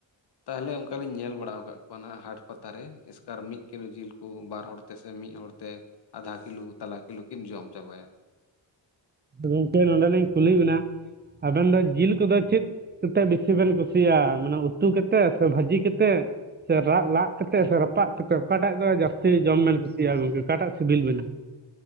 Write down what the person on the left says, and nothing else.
ᱛᱟᱦᱚᱞᱮ ᱚᱱᱠᱟᱞᱤᱧ ᱧᱮᱞ ᱵᱟᱲᱟ ᱟᱠᱟᱫ ᱠᱚᱣᱟ ᱱᱟᱦᱟᱜ ᱦᱟᱰ ᱯᱟᱛᱟ ᱨᱮ ᱮᱥᱠᱟᱨ ᱢᱤᱫ ᱠᱤᱞᱳ ᱡᱤᱞ ᱠᱚ ᱵᱟᱨ ᱦᱚᱲ ᱛᱮᱥᱮ ᱢᱤᱫ ᱦᱚᱲ ᱛᱮ ᱟᱫᱷᱟ ᱠᱤᱞᱳ ᱛᱟᱞᱟ ᱠᱤᱞᱳ ᱠᱤᱱ ᱡᱚᱢ ᱪᱟᱵᱟᱭᱟ᱾